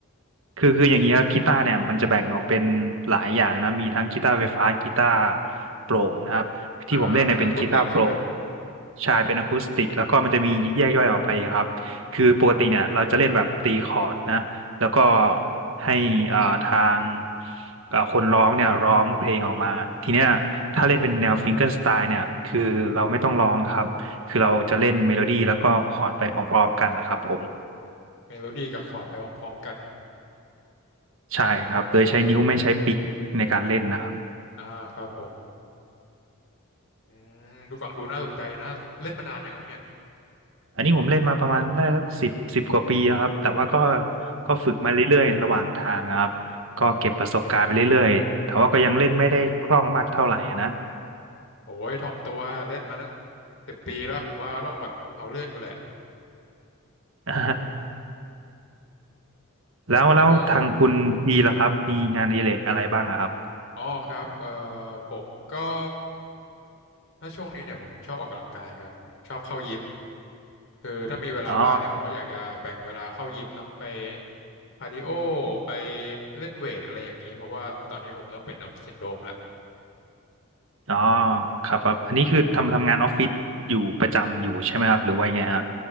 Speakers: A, on the right; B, on the left.
A: คือคืออย่างนี้ครับกีตาร์เนี่ยมันจะแบ่งออกเป็นหลายอย่างนะมีทั้งกีตาร์ไฟฟ้ากีตาร์โปร่งนะครับที่ผมเล่นเนี่ยเป็นกีตาร์โปร่ง
B: อ่าเป็นอะคูสติกใช่ไหม
A: ใช่เป็นอะคูสติกแล้วก็มันจะมีแยกย่อยออกไปครับคือปกติเนี่ยเราจะเล่นแบบตีคอร์ดนะแล้วก็
B: อืม
A: ให้เอ่อทางเอ่อคนร้องเนี่ยร้องเพลงออกมาทีเนี้ยถ้าเล่นเป็นแนวฟิงเกิลสไตล์เนี่ยคือเราไม่ต้องร้องครับคือเราจะเล่นเมโลดี้แล้วก็คอร์ดไปพร้อมๆกันนะครับผม
B: เมโลดี้กับคอร์ดไปพร้อมๆกัน
A: ใช่ครับ โดยใช้นิ้วไม่ใช้ปิกในการเล่นนะครับ
B: อ่าครับผมอืมดูฟังดูน่าสนใจนะเล่นมานานยังครับเนี่ย
A: อันนี้ผมเล่นมาประมาณได้สักสิบสิบกว่าปีแล้วครับ แต่ว่าก็
B: โอ้
A: ก็ฝึกมาเรื่อยๆระหว่างทางครับก็เก็บประสบการณ์ไปเรื่อยๆแต่ว่าก็ยังเล่นไม่ได้คล่องมากเท่าไหร่นะ
B: โหทยถ่อมตัวเล่นมาตั้งสิบปีแล้วผมว่าต้องแบบเอาเรื่องอยู่แหละ
A: <laughs> อ่าแล้วแล้วทางคุณปีล่ะครับ
B: ก็
A: มีงานอดิเรกอะไรบ้างอะครับ
B: อ๋อครับเอ่อผมก็ถ้าช่วงนี้เนี่ยผมชอบออกกำลังกายครับชอบเข้ายิม คือถ้ามีเวลาว่างเนี่ยผมก็อยากจะแบ่งเวลาเข้ายิมเนาะไป
A: อ๋อ
B: คาร์ดิโอไปเล่นเวทอะไรอย่างนี้เพราะว่าตอนนี้ผมเริ่มเป็นออฟฟิศซินโดรมแล้ว
A: อ๋อครับครับ อันนี้คือทำทำงานออฟฟิศอยู่ประจำอยู่ใช่ไหมครับหรือว่ายังไงฮะ